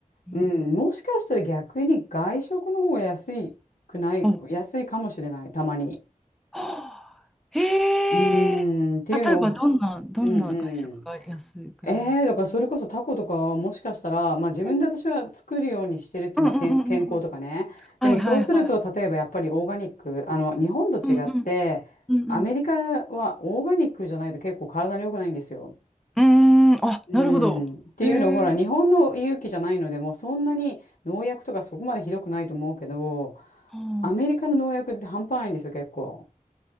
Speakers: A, in the centre; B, on the left (about 75°).
A: うん。
B: うん、もしかしたら逆に外食の方が安いくない、
A: お、
B: 安いかもしれない、たまに。
A: はあへえ。
B: うん、
A: 例えば、
B: っていうのを、
A: どんな、どんな外食が安くなります
B: うんうん。えー、だからそれこそタコとかはもしかしたら、まあ自分で私は作るようにしてるって、
A: うんうんうんうんうん
B: まあ、健、健康とかね。
A: はいはいはい。
B: でもそうすると、例えばやっぱりオーガニック、あの、日本と違って、
A: うんうんうん
B: アメリカはオーガニックじゃないと結構体に良くないんですよ。
A: うん。うーん、あ、
B: うん、
A: なるほど。
B: っていうのをほら日本の勇気じゃないのでもうそんなに農薬とかそこまでひどくないと思うけど
A: へえ。は
B: アメリカの農薬って半端ないんですよ結構